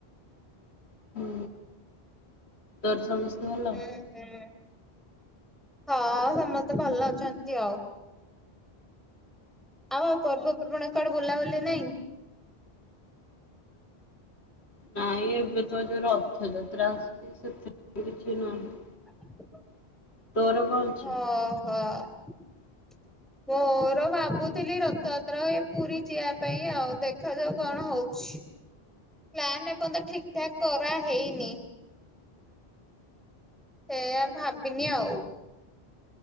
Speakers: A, on the left; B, in the centre.
A: ହୁଁ ତୋର ସମସ୍ତେ ଭଲ?
B: ହୁଁ ହୁଁ ହଁ ସମସ୍ତେ ଭଲ ଅଛନ୍ତି ଆଉ ଆଉ ପର୍ବପର୍ବାଣୀ କୁଆଡେ ବୁଲାବୁଲି ନାଇଁ?
A: ନାଇଁ ଏବେ ତ ଯୋଉ ରଥଯାତ୍ରା ଆସିଛି ସେଥିପାଇଁ କିଛି ନାହିଁ।
B: ଅହ।
A: ତୋର କଣ ଅଛି
B: ମୋର ଭାବୁଥିଲି ରଥଯାତ୍ରା ଏଇ ପୁରୀ ଯିଆ ପାଇଁ ଆଉ ଦେଖାଯାଉ କଣ ହଉ ଛି ପ୍ଲାନ୍ ଏପର୍ଯ୍ୟନ୍ତ ଠିକ ଠାକ କରାହେଇନି। ସେଆ ଭାବିନି ଆଉ